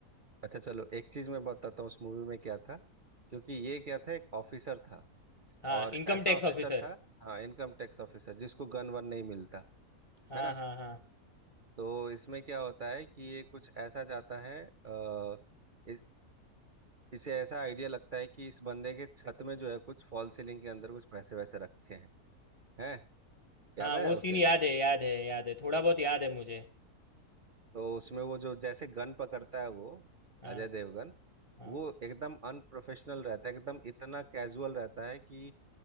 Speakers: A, on the right (about 50°); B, on the left (about 35°).
A: अच्छा चलो एक चीज मैं बताता हूँ उस मूवी में क्या था क्योंकि ये क्या था एक ऑफिसर था
B: हाँ
A: और
B: इनकम
A: ऐसा
B: टैक्स
A: ऑफिसर
B: ऑफिसर
A: था हाँ इनकम टैक्स ऑफिसर जिसको गन वन नहीं मिलता
B: हाँ
A: है ना
B: हाँ हाँ
A: तो इसमें क्या होता है कि ये कुछ ऐसा जाता है आ, इस, इसे ऐसा आइडिया लगता है कि इस बंदे के छत में जो है कुछ फॉल सीलिंग के अंदर कुछ पैसे वैसे रखे हैं हैं याद
B: हाँ
A: आया
B: वो सीन
A: उसे
B: याद है याद है याद है थोड़ा बहुत याद है मुझे
A: तो उसमें वो जो जैसे गन पकड़ता है वो
B: हाँ
A: अजय देवगन
B: हाँ
A: वो एकदम अनप्रोफेशनल रहता है एकदम इतना कैजुअल रहता है कि